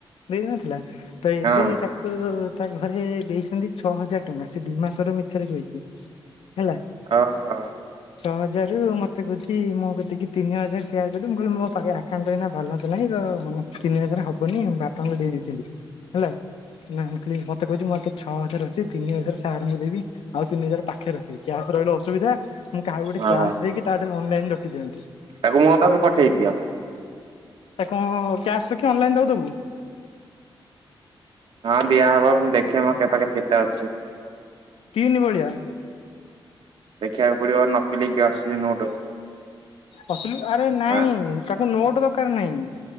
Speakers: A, on the left; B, on the right.
A: ଦେଇନଥିଲା, ତ ଏବେ
B: ହଁ
A: ତା ତ ତା ଘରେ ଦେଇଛନ୍ତି ଛଅ ହଜାର ଟଙ୍କା। ସେ ଦି ମାସ ର ମିଛରେ କହିଛି ହେଲା।
B: ଓ ହୋ।
A: ଛଅ ହଜାରରୁ ମୋତେ କହୁଛି ମୋ କତିକି ତିନି ହଜାର ସେୟାର୍ କରିବି, ମୁଁ କହିଲି ମୋ ପାଖେ ଆକାଉଣ୍ଟ ରେ ଏଇନା ବାଲାନ୍ସ ନାହିଁ। ତ ମୁଁ ତିନି ମାସରେ ହବନି, ବାପା ଙ୍କୁ ଦେଇ ଦେଇଥିଲି ହେଲା। ନା ମୁଁ କହିଲି ମୋତେ କହୁଛି ମୋ ଆକେ ଛଅ ହଜାର ଅଛି ତିନି ହଜାର ସାର୍ ଙ୍କୁ ଦେବି ଆଉ ତିନି ହଜାର ପାଖେରେ ରଖିବି, କ୍ୟାସ୍ ରହିଲେ ଅସୁବିଧା। ମୁଁ କାହାକୁ ଗୋଟେ
B: ହଁ
A: କ୍ୟାସ୍
B: ଓହୋ
A: ଦେଇକି ତାଠାରୁ ଅନଲାଇନ୍ ରଖିଦିଅନ୍ତି।
B: ତାକୁ ମୋ ପାଖକୁ ପଠେଇ ଦିଅ।
A: ତା କଁ କ୍ୟାସ୍ ରଖି ଅନଲାଇନ୍ ତାକୁ ଦବୁ?
B: ହଁ ଦିଆହବ, ମୁଁ ଦେଖେ ମୋ କେ-ପାଖରେ କେତେ ଅଛି।
A: ତିନି ଭଳିଆ।
B: ଦେଖିବାକୁ ପଡିବ ନକଲି କି ଅସିଲି ନୋଟ।
A: ଅସଲି ଆରେ ନାଇଁ
B: ହଁ
A: ତାକୁ ନୋଟ ଦରକାର ନାଇଁ।